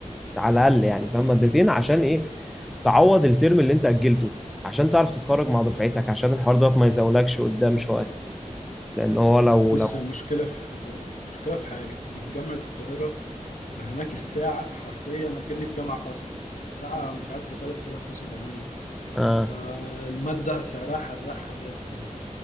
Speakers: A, in the centre; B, on the left.
A: على الاقل يعني فاهم مادتين عشان ايه تعوض الترم اللي انت اجلته عشان تعرف تتخرج مع دفعتك عشان الحوار ده ما يزولكش قدام شويه لان هو لو
B: بص
A: لو <laughs>
B: المشكلة في مشكلة في حاجة أنا في جامعة القاهرة فهناك الساعة حرفيا أكني في جامعة خاصة الساعة مش عارف ب 3700
A: اه
B: فالمادة سعرها حراق حراق يعني